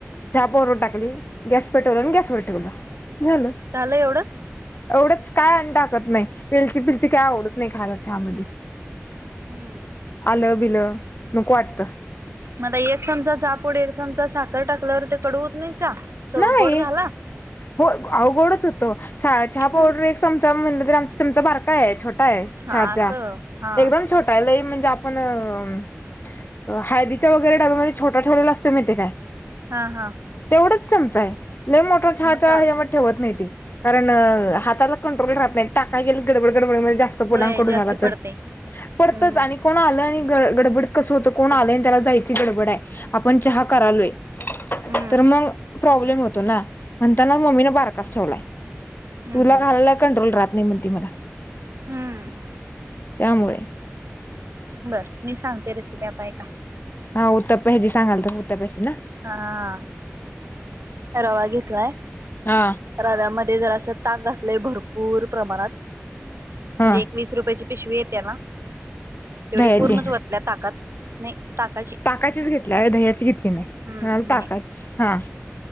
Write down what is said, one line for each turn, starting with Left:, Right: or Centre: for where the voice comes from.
Left: चहा पावडर टाकली गॅस पेटवला आणि गॅसवर ठेवल
Right: झालं एवढंच?
Left: एवढंच काय आणि टाकत नाही वेलची बिलची काय आवडत नाही खायला चहामध्ये
Right: हम्म
Left: आलं बिलं नको वाटतं
Right: मला एक चमचाचापूड एक चमचा साखर टाकल्यावर ते कडवत नाही स
Left: नाही
Right: गोड झाला
Left: हो अवघोडच होतो. चहा चहा
Right: हम्म
Left: पावडर एक चमचा म्हणलं तरी आमचा चमचा बारका आहे छोटा आहे.
Right: हा
Left: छछ
Right: असं हा
Left: एकदम छोट त्याला म्हणजे आपण अ हळदीच्या वगैरे डब्यामध्ये छोटा ठेवलेला असतो माहिते काय?
Right: हा हा.
Left: तेवढंच चमचा आहे ललेम मोटरस हा
Right: मग
Left: चार
Right: चालते
Left: हमुळे ठेवत नाही. कारण हाताला कंट्रोल राहत नाही टाका गेले गडबड गडबडीमध्ये जास्त
Right: होय
Left: लांकड
Right: जास्ती
Left: झाला तर
Right: पडते
Left: पडतच
Right: हम्म
Left: आणि कोण आ. गडबड कस होत कोण आलंय त्याला जायची गडबड आहे आपण चहा करालोय.
Right: हम्म
Left: तर मग प्रॉब्लेम होतो ना म्हणताना मम्मीने बारकास ठेवलाय
Right: हम्म
Left: तुला
Right: हम्म
Left: घाला कंट्रोल राह नाही म्हण तती मला
Right: हम्म.
Left: त्यामुळे
Right: बर मी सांगते रेसिपी आपय का?
Left: हा उतप्याजी सांगाल तर उतप्याशी ना.
Right: हा रवा घेतलाय
Left: हा
Right: रव्यामध्ये जर असं ताक घातलंय भरपूर प्रमाणात
Left: हा
Right: म्हणजे एक वीस रुपयाची पिशवी येते ना तेवढी
Left: दह्याची
Right: पूर्णच वतल्या ताकात नाही ताकाची
Left: ताकाचीच घेतल्या ह दह्याची घेतली नाही
Right: हम्म
Left: ताकात
Right: नाही
Left: हा.